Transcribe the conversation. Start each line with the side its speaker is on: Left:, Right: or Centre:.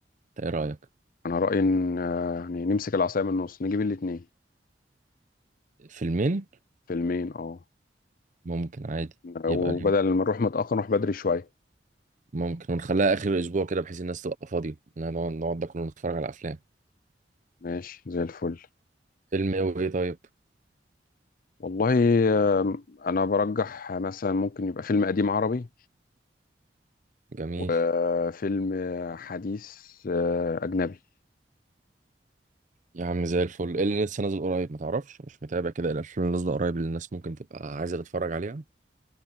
Right: انت ايه رأيك
Left: أنا رأيي إن آه، يعني نمسك العصاية من النص نجيب الاتنين
Right: فيلمين
Left: فيلمين أه
Right: ممكن عادي
Left: وبدل
Right: يبقى اليوم
Left: ما نروح متأخر نروح بدري شوية
Right: ممكن ونخليها آخر الأسبوع كده بحيث الناس تبقى فاضية إنها نقعد نقعد ده كله نتفرج على أفلام
Left: ماشي زي الفل
Right: فيلم ايه وايه طيب
Left: والله آه، أنا برجح مثلا ممكن يبقى فيلم قديم عربي
Right: جميل
Left: وفيلم حديث آه، أجنبي
Right: يا عم زي الفل ايه اللي لسه نازل قريب ما تعرفش مش متابع كده الأفلام اللي نازلة قريب اللي الناس ممكن تبقى عايزة تتفرج عليها